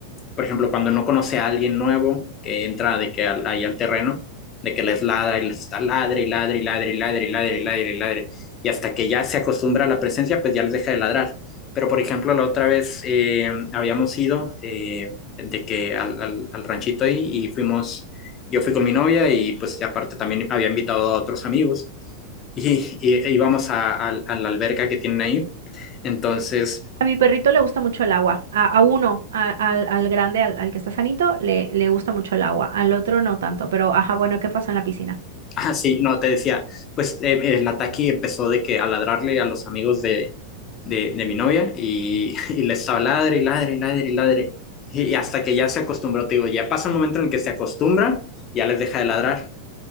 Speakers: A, on the left; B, on the right.
A: por ejemplo, cuando no conoce a alguien nuevo que entra de que al, ahí al terreno, de que les ladra y les está ladre y ladre y ladre y ladre y ladre y ladre y ladre, y hasta que ya se acostumbra a la presencia, pues ya les deja de ladrar. Pero, por ejemplo, la otra vez eh, habíamos ido eh, de que al, al, al ranchito ahí y fuimos yo fui con mi novia y pues y aparte también había invitado a otros amigos y, y- e íbamos a, a- a la alberca que tienen ahí. Entonces,
B: A mi perrito le gusta mucho el agua. A, a uno, a- al, al grande, al, al que está sanito, le, le gusta mucho el agua. Al otro no tanto. Pero, ajá, bueno, ¿qué pasó en la piscina?
A: <laughs> ah, sí, no, te decía, pues eh, el ataque empezó de que a ladrarle a los amigos de, de, de mi novia y, <laughs> y les estaba ladre y ladre y ladre y ladre. Y y hasta que ya se acostumbró, te digo, ya pasa un momento en el que se acostumbran, ya les deja de ladrar.